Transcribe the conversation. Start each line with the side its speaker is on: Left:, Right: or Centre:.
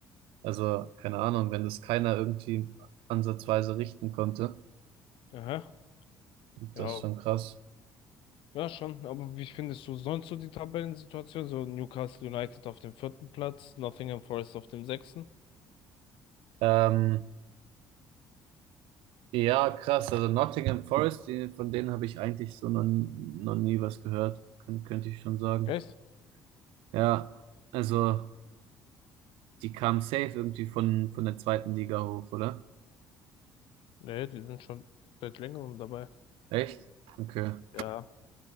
Right: Also, keine Ahnung, wenn das keiner irgendwie ansatzweise richten konnte.
Left: Aha,
Right: Das
Left: ja,
Right: ist schon krass.
Left: ja schon. Aber wie findest du sonst so die Tabellensituation? So Newcastle United auf dem vierten Platz, Nottingham Forest auf dem sechsten.
Right: Ähm, ja, krass. Also Nottingham Forest, die, von denen habe ich eigentlich so noch, noch nie was gehört, Kön könnte ich schon sagen.
Left: Echt?
Right: Ja, also die kamen safe irgendwie von, von der zweiten Liga hoch, oder?
Left: Nee, die sind schon seit längerem dabei.
Right: Echt? Okay.
Left: Ja,